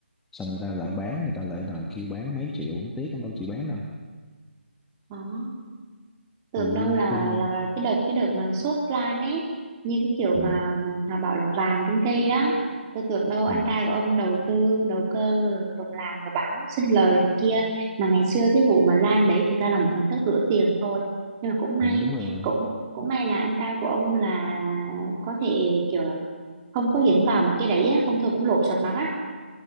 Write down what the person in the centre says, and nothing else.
xong người ta lại bán người ta lại đòi kêu bán mấy triệu ổng tiếc ổng đâu chịu bán đâu
tại vì
cưng
ừ,
ừ,
ừ, đúng rồi